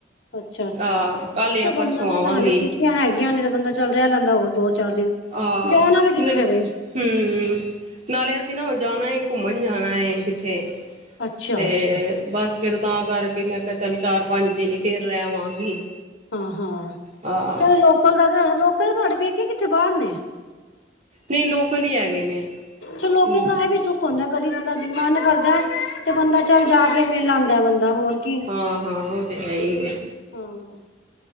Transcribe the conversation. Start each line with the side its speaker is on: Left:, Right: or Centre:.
Left: ਅੱਛਾ-ਅੱਛਾ,
Right: ਆਹ ਕੱਲ ਜਾਂ
Left: ਤੇ
Right: ਪਰਸੋਂ
Left: ਬੰਦਾ ਕੈਂਦਾ
Right: ਆਵਾਂਗੀ
Left: ਹਾਲੇ ਛੁੱਟੀਆਂ ਹੈਗੀਆਂ ਨੇ ਬੰਦਾ ਚੱਲ ਰੈ ਲੈਂਦਾ ਹੋਰ ਦੋ-ਚਾਰ ਦਿਨ,
Right: ਆਹ
Left: ਜਾਣਾ ਵੀ ਕਿੱਥੇ
Right: ਨ
Left: ਵੇ।
Right: ਹੂੰ, ਨਾਲੇ ਅਸੀਂ ਨਾ ਜਾਣਾ ਐ ਘੁੰਮਣ ਜਾਣਾ ਏ ਕਿੱਥੇ
Left: ਅੱਛਾ
Right: ਤੇ
Left: ਅੱਛਾ
Right: ਬਸ ਫੇਰ ਤਾਂ ਕਰਕੇ ਮੈਂ ਕਿਆ ਚੱਲ, ਚਾਰ-ਪੰਜ ਦਿਨ ਫੇਰ ਰੈ ਆਵਾਂਗੀ।
Left: ਹੂੰ-ਹੂੰ,
Right: ਹਾਂ
Left: ਚਲੋ ਲੋਕਲ ਦਾ ਤੇ ਲੋਕਲ ਤੁਹਾਡੇ ਪੇਕੇ ਕਿੱਥੇ ਬਾਰ ਨੇ।
Right: ਨਈ ਲੋਕਲ ਈ ਹੈਗੇ ਨੇ।
Left: ਚ ਲੋਕਲ
Right: ਹੂੰ
Left: ਦਾ ਐ ਵੀ ਸੁੱਖ ਹੁੰਦਾ, ਕਦੀ ਬੰਦਾ ਮਨ ਕਰਦਾ ਤੇ ਬੰਦਾ ਚੱਲ ਜਾ ਕਿ ਮਿਲ ਆਂਦਾ, ਬੰਦਾ ਹੋਰ ਕੀ
Right: ਹਾਂ-ਹਾਂ, ਓ ਤਾਂ ਹੈ ਈ ਐ।
Left: ਹਾਂ